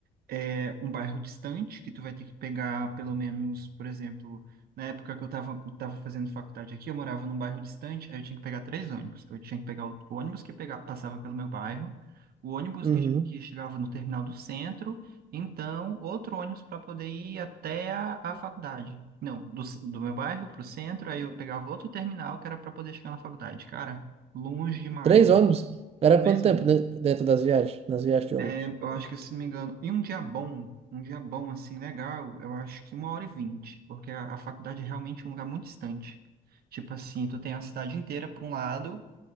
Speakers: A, on the right (about 65°); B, on the right (about 35°).
A: é um bairro distante, que tu vai ter que pegar pelo menos, por exemplo, na época que eu tava, tava fazendo faculdade aqui, eu morava num bairro distante, aí eu tinha que pegar três ônibus. Eu tinha que pegar o ônibus que pegava, passava pelo meu bairro, o ônibus
B: Uhum.
A: que, que chegava no terminal do centro, então outro ônibus para poder ir até a, a faculdade. Não, do, c- do meu bairro pro centro, aí eu pegava outro terminal que era para poder chegar na faculdade. Cara, longe demais.
B: Três ônibus. Era
A: Três
B: quanto tempo
A: ônibus.
B: de- dentro das viagens? Nas viagens de ônibus?
A: É, eu acho que, se não me engano, e um dia bom, um dia bom, assim, legal, eu acho que uma hora e vinte, porque a, a faculdade é realmente um lugar muito distante. Tipo assim, tu tem a cidade inteira para um lado,